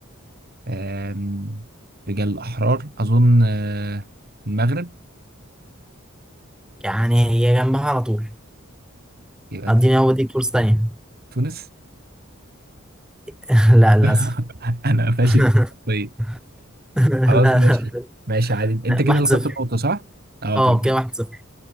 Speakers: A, on the right; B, in the centre.
A: آم، رجال الاحرار اظن آه المغرب
B: يعني هي جنبها على طول
A: يبقى
B: اديني
A: ت-
B: هو دي فرصة تانية
A: تونس
B: <laughs> لا للأسف
A: <laughs> انا فاشل
B: <laughs>
A: طيب
B: لا
A: خلاص
B: لا
A: ماشي ماشي عادي انت
B: لا.
A: كده
B: واحد
A: اللي
B: صفر
A: خدت النقطه صح اه
B: اه
A: تمام
B: كده واحد صفر